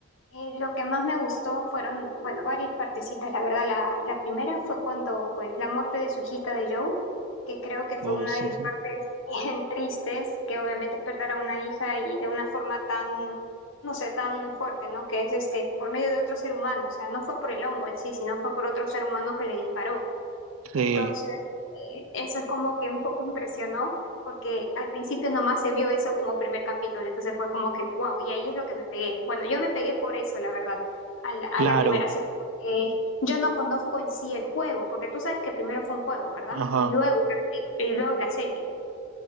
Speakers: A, on the left; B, on the right.
A: Eh, lo que más me gustó fueron, bueno, varias partecitas, la verdad. La, la primera fue cuando, pues, la muerte de su hijita de Joe, que creo que fue
B: Oh,
A: una
B: sí,
A: de las
B: sí.
A: partes <laughs> bien tristes, que obviamente es perder a una hija y de una forma tan, no sé, tan fuerte, ¿no? Que es este, por medio de otro ser humano, o sea, no fue por el hongo en sí, sino fue por otro ser humano que le disparó.
B: Sí,
A: Entonces, eh, eso es como que un poco <laughs> impresionó, porque al principio nomás se vio eso como primer capítulo, entonces fue como que, wow, y ahí es lo que me pegué. Bueno, yo me pegué por eso, la verdad, a la, a
B: claro.
A: la primera serie, porque yo no conozco en sí el juego, porque tú sabes que primero fue un juego, ¿verdad?
B: Ajá.
A: Y luego, la peli- y luego es la serie.